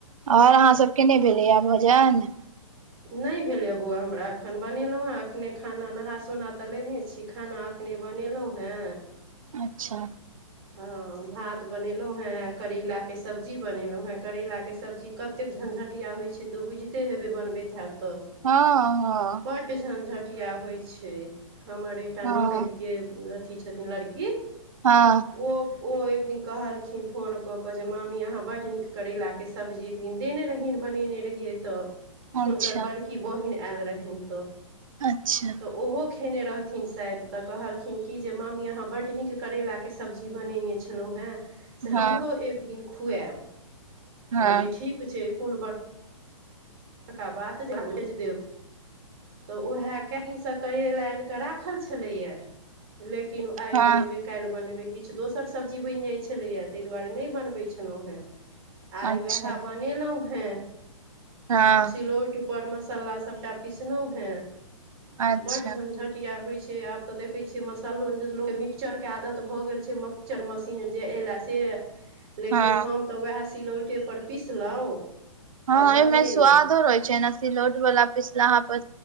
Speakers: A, on the right; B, on the right.
A: और अहाँ सबके नय भेलैया भोजन
B: नहि भेलै बौआ हमरा एखन बनेलऊ हेँ एखने खाना नहा सोना तऽ लेने छी खाना कने बनेलऊ हेँ
A: अच्छा
B: ह भात बनेलों हें करैला के सब्जी बनेलों हें करेला के सब्जी कतेक झंझट टिया होई छय त बुझते हेबय बनबय हैब त
A: हँ हँ
B: बड झझट टिया होइत छै हमर एकटा
A: हँ
B: ननदिके अथी छथिन लड़की
A: हँ
B: ओ ओ एक दिन कहलखिन फोन कऽ कऽ जे मामी अहाँ बड्ड नीक करैलाके सब्जी एक दिन देने रहहिन बनेने रहियै तऽ हुनकर
A: अच्छा
B: बड़की बहिन आयल रहनि त
A: अच्छा
B: तऽ ओहो खेने रहथिन शायद तऽ कहलखिन कि जे मामी अहाँ बड्ड नीक करेला के सब्जी बनेने छलहुँ हेँ से
A: हँ
B: हमरो एक दिन खुआएब
A: हँ
B: कहलियै ठीक छै कोन बड़ तक बात भेज देब <unintelligible> तऽ उएह कए दिनसँ करैला आनि कऽ राखल छलैए लेकिन ओ आइ
A: हँ
B: बनेबै काल्हि बनेबै किछु दोसर सब्जी बनि जाइत छलैए ताहि दुआरे नहि बनबैत छलहुँ हेँ आइ
A: अच्छा
B: उएह बनेलहुँ हें
A: हँ
B: ओ सिलौड़ ऊप पर मसाला सबटा पीसलौ हें
A: अच्छा
B: बड झंझटिया होइ छै से आब तऽ देखै छियै मसाल्लो लोकके मिक्सचरके आदत भऽ गेल छै मिक्सचर मशीन जे अयलाए से लेकिन
A: हँ
B: हम तऽ उएह सिलौटेपर पिसलहुँ
A: हँ
B: आ बनेलहुँ
A: एमे स्वादो रहै छैना सिलौट वला पिसला प